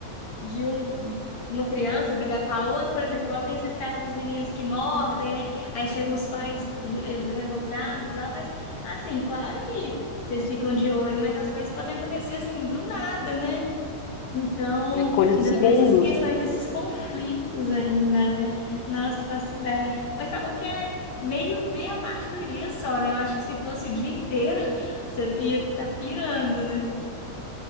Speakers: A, on the left; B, on the left.
A: de um, uma criança brigar com a outra, por exemplo, igual tem esses casos dos meninos que mordem, né? Aí chegam os pais re- revoltados lá, mas assim, claro que vocês ficam de olho, mas as coisas podem acontecer assim do nada, né? Então,
B: né? Coisa
A: ainda
B: de segundos.
A: tem essas questões desses conflitos ainda, né? Nossa, eu faço ideia. Mas tá bom que é meio, meia parte do dia só, né? Eu acho que se fosse o dia inteiro, <laughs> você ia estar pirando, né?